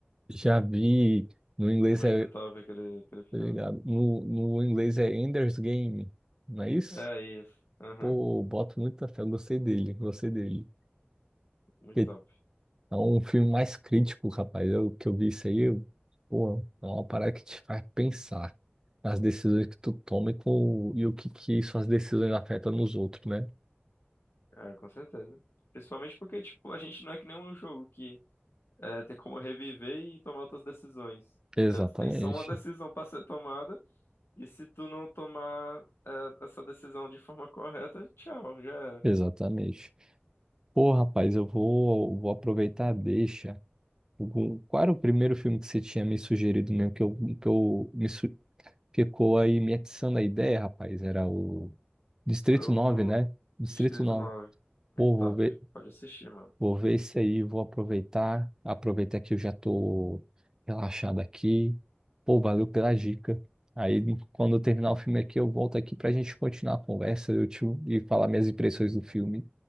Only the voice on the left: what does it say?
Muito
top aquele, aquele filme.
É isso. Aham,
muito
top.
É, com certeza. Principalmente porque, tipo, a gente não é que nem um jogo que é, tem como reviver e tomar outras decisões.
É, tu tem só uma decisão pra ser tomada. E se tu não tomar é, essa decisão de forma correta, tchau, já era.
Eu
do
Distrito
Nove, Muito
top.
Pode assistir, mano.